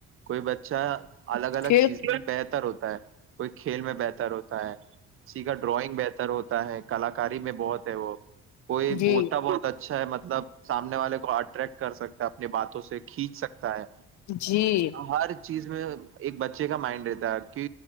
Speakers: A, on the right; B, on the left.
A: کوئی بچہ الگ الگ
B: پھر
A: چیزیں بہتر ہوتا ہے کوئی کھیل میں بہتر ہوتا ہے کی کا ڈرائنگ بہتر ہوتا ہے کلاکاری میں بہت ہے وہ کوئی
B: جی
A: بولتا بہت اچھا ہے اچھا ہے مطلب سامنے والے کو اٹریکٹ کر سکتا اپنی باتوں سے کھینچ سکتا ہے
B: جی
A: ہر چیز میں ایک بچے کا مائنڈ رہتا ہے کہ